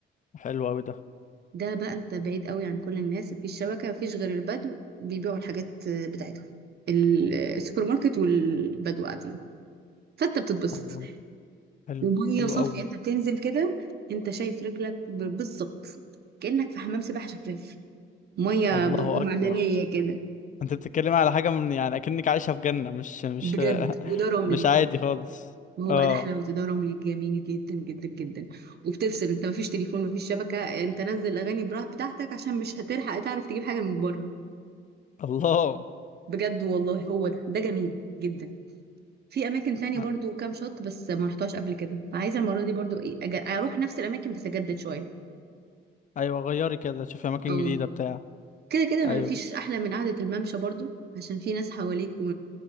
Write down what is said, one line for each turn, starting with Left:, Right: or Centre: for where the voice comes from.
Left: حلو قوي ده
Right: ده بقى انت بعيد قوي عن كل الناس مفيش شبكة مفيش غير البدو بيبيعوا الحاجات بتاعتهم ال- السوبر ماركت والبدو قاعدين فانت بتتبسط
Left: الله حلو
Right: ومية
Left: حلو
Right: صافية
Left: قوي
Right: انت بتنزل كده انت شايف رجلك ب- بالظبط كأنك في حمام سباحة شفاف مية
Left: الله
Right: ب- معدنية
Left: اكبر
Right: كده
Left: انت بتتكلم على حاجة من يعني اكنك عايشة في جنة مش مش
Right: بجد وده رملي
Left: مش عادي خالص
Right: ما هو
Left: اه
Right: بقى ده حلاوة تدرم جميل جدا جدا جدا وبتفصل انت مفيش تليفون مفيش شبكة انت نزل اغاني براحة بتاعتك عشان مش هتلحق تعرف تجيب حاجة من بره
Left: الله
Right: بجد والله هو ده ده جميل جدا في اماكن تانية
Left: آه،
Right: برضو كام شط بس ما رحتهاش قبل كده فعايزة المرة دي برضو ايه أج... اروح نفس الاماكن بس اجدد شوية
Left: ايوه غيري كده شوفي اماكن
Right: اه
Left: جديدة بتاع
Right: كده كده ما
Left: ايوه
Right: فيش احلى من قعدة الممشى برضو عشان في ناس حواليك و...